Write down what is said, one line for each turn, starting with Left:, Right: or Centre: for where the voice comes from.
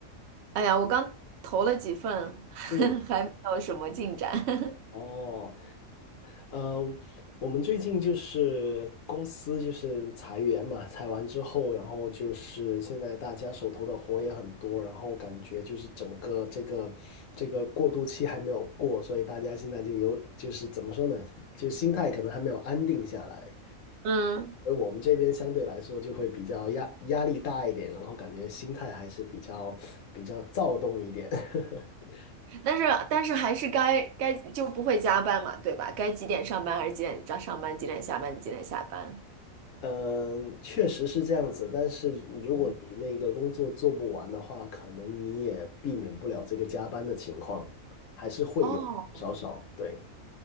Right: 哎呀，我刚投了几份，<laughs>
Left: 嗯，
Right: 还没有什么进展。<laughs>
Left: 哦嗯，我们最近就是公司就是裁员嘛，裁完之后，然后就是现在大家手头的活也很多，然后感觉就是整个这个这个过渡期还没有过，所以大家现在就有就是怎么说呢，就心态可能还没有安定下来，
Right: 嗯，
Left: 而我们这边相对来说就会比较压压力大一点，然后感觉心态还是比较比较躁动一点。<laughs>
Right: 但是但是还是该该就不会加班嘛，对吧？该几点上班还是几点上上班，几点下班，几点下班？
Left: 嗯，确实是这样子，但是如果你那个工作做不完的话，
Right: 嗯。
Left: 可能你也避免不了这个加班的情况，还是会有少少。
Right: 哦，
Left: 对，